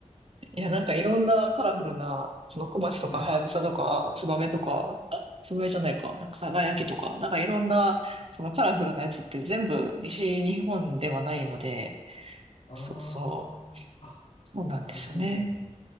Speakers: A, on the right (about 50°); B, on the left (about 55°).
A: いや、なんかいろんなカラフルな、その小町とか、
B: はい。
A: はやぶさとか、つばめとか、あ、つばめじゃないか、なんかさがやきとか、なんかいろんな、そのカラフルなやつって全部西日本ではないので、
B: ああ、
A: そうそう、
B: あ、
A: そうなんですよね。
B: なるほど。